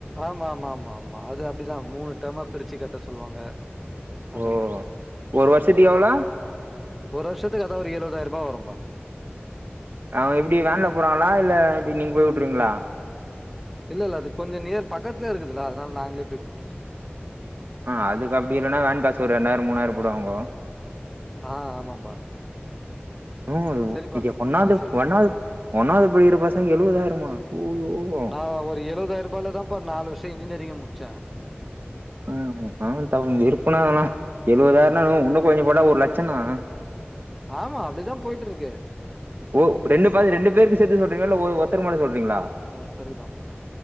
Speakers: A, in the centre; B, on the right.
A: ஆமா ஆமா ஆமா ஆமா அது அப்டிதா மூணு டேம்மா பிரிச்சு கட்ட சொல்லுவாங்க அந்த
B: ஓ
A: மாரி
B: ஒரு வருஷதிக்
A: ம்
B: எவ்ளோ
A: ஒரு வருஷத்து அதா ஒரு எழுபதாயிர ரூபா வரும்பா
B: அவுங்க எப்டி வேன்ல போறாங்களா இல்ல எப்டி நீங்க போய் வுட்டுருவீங்ளா
A: இல்ல இல்ல அது கொஞ்சோ நியர் பக்கத்துலே இருக்குதுல அதுனால நாங்களே போய் கூட்ருவ
B: ஆ அதுக்கு அப்டி இலைன்னா வேன் காசு ஒரு ரெண்டாயிரோ மூணாயிரோ போடுவாங்கோ
A: ஆ ஆமாம்பா
B: நோ
A: சரிப்பா
B: ஒன்னாவுது
A: ஆ சொல்லு
B: ஒன்னாவுது ஒன்னாவுது படிகிற பசங்க எழுவதாயிரமா ஐயோ
A: நா ஒரு எழபதாயிரோ ரூபாய்ல்ல தான்ப்ப நாலு வருஷோ இன்ஜினியரிங்கே முடிச்சே
B: ம் ஆ த இருப்பனானா எழுவதாயிரன்னா இன்னோ கொஞ்சோ போடா ஒரு லட்சோனா
A: ஆமா அப்டிதா போயிட்டு இருக்கு
B: ஓ ரெண்டு பாதி ரெண்டு பேருக்கு சேத்து சொல்றீங்ல்லா இல்ல ஒருத்தருக்கு மட்டு சொல்றீங்ளா
A: ஒருத்தருக்கு தாப்பா